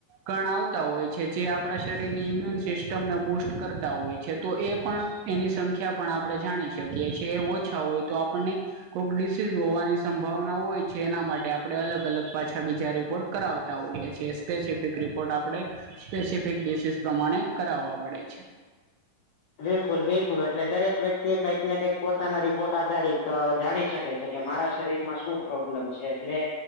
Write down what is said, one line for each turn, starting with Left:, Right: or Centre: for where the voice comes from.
Right: કણ આવતા હોય છે જે આપડા શરીરની ઈમ્યુન સિસ્ટમને બુસ્ટ કરતા હોય છે. તો એ પણ એની સંખ્યા પણ આપણે જાણી શકીએ છીએ એ ઓછા હોય તો આપણને કોક ડિસીઝ હોવાની સંભાવના હોય છે એના માટે આપડે અલગ અલગ પાછા બીજા રિપોર્ટ કરાવ તા હોઈએ છે સ્પેસિફિક રિપોર્ટ આપણે સ્પેસિફિક ડિસીસ પ્રમાણે કરાવવા પડે છે.
Left: બિલકુલ બિલકુલ એટલે દરેક વ્યક્તિ કંઈક ને કંઈક પોતાના રિપોર્ટ આધારિત જાણી શકે છે. કે મારા શરીરમાં શું પ્રોબ્લેમ છે એટલે